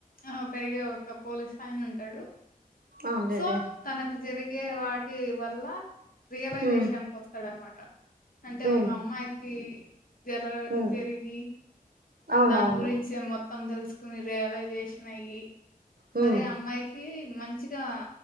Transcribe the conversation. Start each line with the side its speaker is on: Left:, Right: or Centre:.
Left: ఆహ్ పెరిగే ఒక పోలిసైన ఉంటాడు
Right: అవునులేండి
Left: సో తనకు జరిగే. ఏ వాటి వల్ల. రియలైజేషన్కి
Right: హ్మ్
Left: ఓస్తాడనమాట అంటే
Right: హ్మ్
Left: ఒక అమ్మాయికి. జరగ
Right: హ్మ్
Left: జరిగి
Right: అవునవును
Left: దాని గురించే మొత్తం తెలుసుకోని రియలైజే. నయి
Right: హ్మ్
Left: మరి అమ్మాయికి మంచిగా.